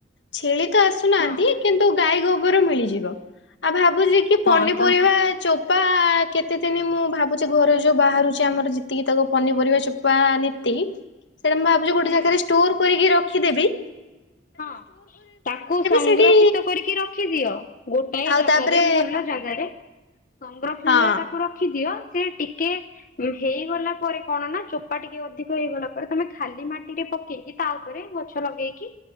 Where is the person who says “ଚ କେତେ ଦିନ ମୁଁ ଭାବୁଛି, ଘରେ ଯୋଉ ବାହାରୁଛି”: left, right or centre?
Left